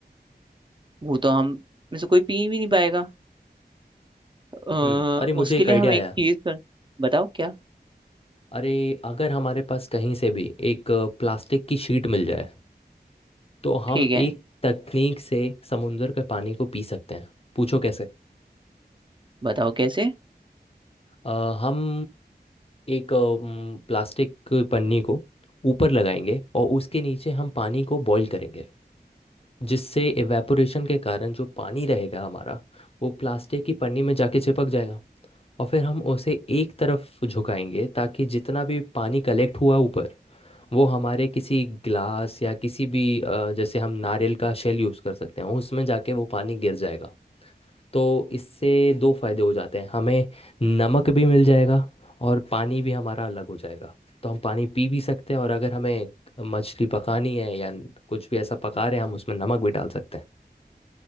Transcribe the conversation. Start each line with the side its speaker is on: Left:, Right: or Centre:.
Right: वो तो हम में से कोई पी भी नहीं पाएगा अ,
Left: हम्म अरे मुझे
Right: उसके
Left: एक
Right: लिए
Left: आइडिया
Right: हम एक
Left: आया
Right: चीज कर बताओ क्या
Left: अरे अगर हमारे पास कहीं से भी एक प्लास्टिक की शीट मिल जाए तो हम
Right: ठीक है
Left: एक तकनीक से समुंदर के पानी को पी सकते हैं पूछो कैसे
Right: बताओ कैसे
Left: अ, हम एक अम, प्लास्टिक की पन्नी को ऊपर लगाएंगे और उसके नीचे हम पानी को बॉईल करेंगे जिससे एवेपोरेशन के कारण जो पानी रहेगा हमारा वो प्लास्टिक की पन्नी में जाके चिपक जाएगा और फिर हम उसे एक तरफ झुकाएंगे ताकि जितना भी पानी कलेक्ट हुआ ऊपर वो हमारे किसी ग्लास या किसी भी अ, जैसे हम नारियल का शेल यूज़ कर सकते हैं उसमें जाके वो पानी गिर जाएगा तो इससे दो फायदे हो जाते हैं हमें नमक भी मिल जाएगा और पानी भी हमारा अलग हो जाएगा तो हम पानी पी भी सकते हैं और अगर हमें मछली पकानी है या कुछ भी ऐसा पका रहे हैं हम उसमें नमक भी डाल सकते हैं